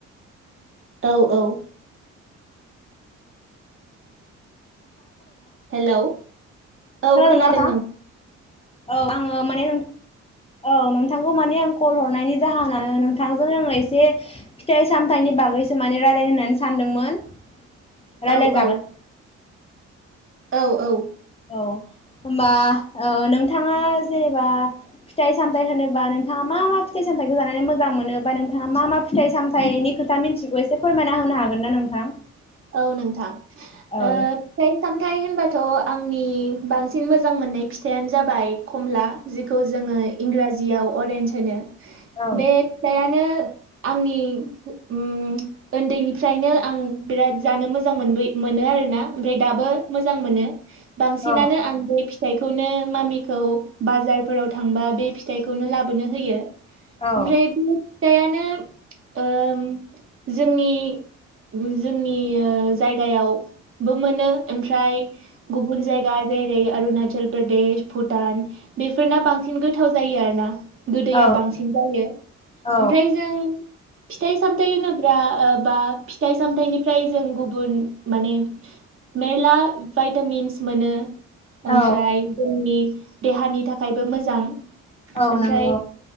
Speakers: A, on the right (about 45°); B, on the left (about 20°).
A: औ औ हेलौ औ
B: खोनादोंं
A: खोनादों
B: ना नोंथां औ आंङो माने नों औ नोंथांखौ माने आं कल हरनायनि जाहोनानो नोंथांजों आंङो एसे फिथाइ-सामथाइनि बा गैसो माने रायलायनो होननानै सानदोंमोन। रायलायजागोन
A: औ औ औ औ
B: औ होमबा ओ नोंथाङा जेनेबा फिथाइ-सामथायाइ होनोबा नोंथाङा मा मा फिथाइ-साम थाइखौ जानानै मोजां मोनो बा थाइखौ जानानै नोंथाङा मा मा फिथाइ सामथायनि खोथा मिथिगौ एसे फोरमायना होनो हागोन ना नोंथां?
A: औ नोंथां
B: औ
A: ओ फिथाय-सामथाय होनबा थ' आंनि बांसिन मोजां मोननाय फिथाइानो जाबाय कमला जिखौ जोङो इंराजियाव अरेन्ज होनो
B: औ
A: बे फिथायानो आंनि ओम उन्दैनिफ्रायनो आं बिराद जानो मोजां मोनबो मोनो आर ना ओमफ्राय दाबो मोजां मोनो। बांसिनानो
B: औ
A: आं बे फिथाइ खौनो मामिखौ बाजारफोराव थांबा बे फिथाइखौनो लाबोनो होयो।
B: औ
A: ओफ्राय से फिथाइआनो ओम जोंनि जोंनि ओ जायगायावबो मोनो ओमफ्राय गुबुन जायगा जेरै अरुणाचल प्रदेश भुटान बेफोरना बांसिन गोथाव जायो आरो ना। गोदैया
B: औ
A: बांसिन जायो
B: औ
A: ओमफ्राय जों फिथाइ-सामथायाइ होनो ब्ला बा फिथाइ- सामथाइनिफ्राय जों गुबुन माने मेरला भाइटामिन्स मोनो। ओमफ्राय
B: औ
A: जोंनि देहानि थाखायबो मोजां।
B: औ
A: ओमफ्राय
B: नंगौ